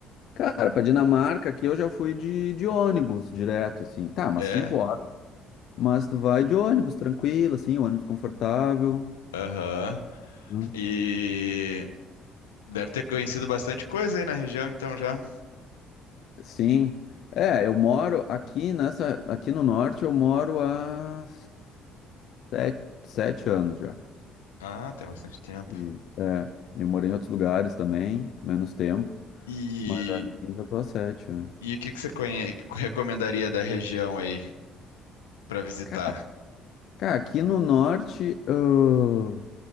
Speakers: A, on the left; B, on the left.
A: Cara, pra Dinamarca aqui eu já fui de, de ônibus direto, assim. Tá, umas
B: É,
A: 5 horas, mas tu vai de ônibus tranquilo, assim, ônibus confortável.
B: aham.
A: né?
B: E deve ter conhecido bastante coisa aí na região, então já.
A: Sim. É, eu moro aqui nessa, aqui no norte, eu moro há sete, sete anos já.
B: Ah, tem bastante tempo.
A: E, é, eu morei em outros lugares também, menos tempo.
B: E,
A: Mas aqui já tô a sete. é.
B: e o que que você conhe... recomendaria da região aí? para visitar.
A: Ca- Cara, aqui no norte, ãh,